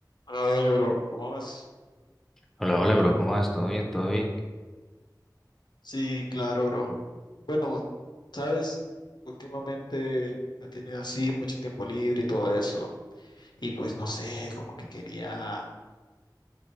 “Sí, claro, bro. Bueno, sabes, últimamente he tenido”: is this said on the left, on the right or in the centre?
Left